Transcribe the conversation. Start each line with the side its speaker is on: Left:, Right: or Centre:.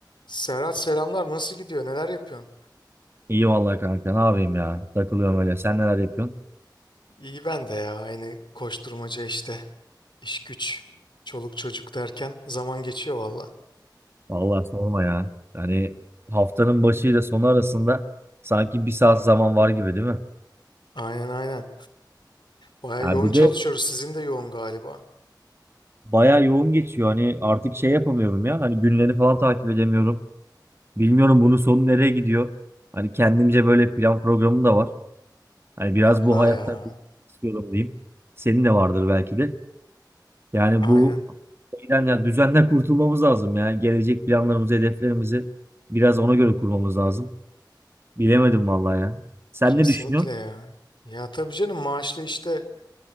Left: Serhat selamlar. Nasıl gidiyor? Neler yapıyorsun?
Right: İyi vallahi kanka ne yapayım ya takılıyorum öyle sen neler yapıyorsun?
Left: İyi ben de ya. Aynı koşturmaca işte. İş güç, çoluk çocuk derken zaman geçiyor valla.
Right: Vallahi sorma ya yani haftanın başı ile sonu arasında sanki bir saat zaman var gibi değil mi?
Left: Aynen aynen. Baya
Right: Ya
Left: yoğun
Right: bir
Left: çalışıyoruz.
Right: de
Left: Sizin de yoğun galiba.
Right: bayağı yoğun geçiyor hani artık şey yapamıyorum ya hani günleri falan takip edemiyorum bilmiyorum bunun sonu nereye gidiyor hani kendimce böyle plan programım da var hani biraz
Left: Valla
Right: bu hayattan
Left: ya.
Right: istiyorum diyeyim senin de vardır belki de Yani
Left: Aynen.
Right: bu şeyden ya düzenden kurtulmamız lazım ya. Gelecek planlarımızı, hedeflerimizi biraz ona göre kurmamız lazım. Bilemedim vallahi ya. Sen
Left: Kesinlikle
Right: ne düşünüyorsun?
Left: ya. Ya tabii canım maaşlı işte